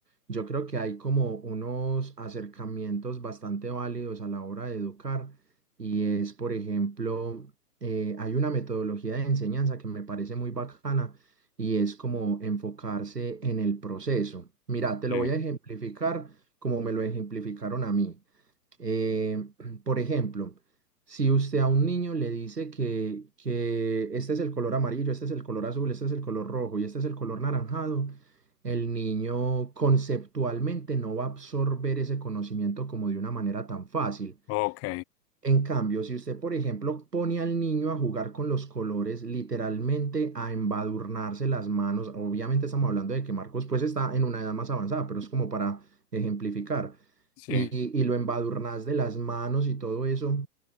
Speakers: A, on the right; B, on the left.
A: yo creo que hay como unos acercamientos bastante válidos a la hora de educar y es, por ejemplo, eh, hay una metodología de enseñanza que me parece muy bacana y es como enfocarse en el proceso. Mira, te
B: Sí,
A: lo voy a ejemplificar como me lo ejemplificaron a mí. Eh, <clears throat> por ejemplo, si usted a un niño le dice que, que este es el color amarillo, este es el color azul, este es el color rojo y este es el color naranjado, el niño conceptualmente no va a absorber ese conocimiento como de una manera tan fácil.
B: ok,
A: En cambio, si usted, por ejemplo, pone al niño a jugar con los colores, literalmente a embadurnarse las manos, obviamente estamos hablando de que Marcos pues está en una edad más avanzada, pero es como para ejemplificar,
B: sí.
A: y, y lo embadurnas de las manos y todo eso,